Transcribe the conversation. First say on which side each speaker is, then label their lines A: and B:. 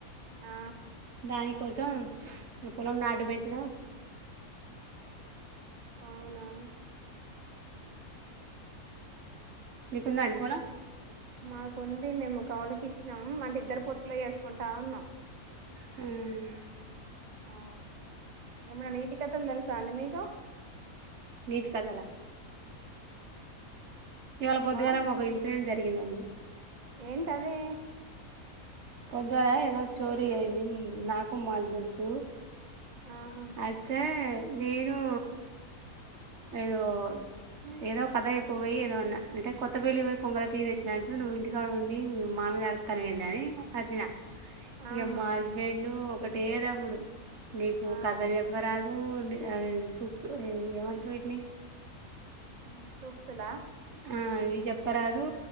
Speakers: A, on the right; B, on the right.
A: ఆ
B: దానికి కోసం పొలం నాటు పెట్టిన
A: అవునా
B: మీకుందా అండి పొలం
A: మాకుంది మేము కౌళకి ఇచ్చినాం అంటే ఇద్దరు పొత్తులో వేసుకుంటా ఉన్నాం
B: హ్మ్
A: ఆ ఏమన్నా నీతి కథలు తెలుసా అండి మీకు
B: నీతి కథలా ఇవాళ
A: హలో
B: పొద్దుగాలమో ఒక ఇన్సిడెంట్ జరిగింది <unintelligible> అండి
A: ఏంటది
B: పొద్దుగల ఏదో స్టోరీ అయింది మ్మ్ నాకు మా హస్బెండ్ కు
A: ఆహా
B: అయితే నేను ఏదో ఏదో కథ చెప్ప పోయి ఏదోన్నా అంటే కొత్త పెళ్లి పోయి కొంగల పీరు తెచ్చినట్టు నువ్వు ఇంటికా ఉండి మామీద అరుత్తన్నావు ఏంది అని అరిసిన ఇగ
A: ఆహా
B: హస్బెండు ఒకటేటప్పుడు నీకు
A: ఆ
B: కథలు చెప్పరాదు నీ ఆ సూప్ ఏమంట ట్ వీటిని
A: మ్మ్ సూక్తుల
B: ఆ ఇవి చెప్ పరాదు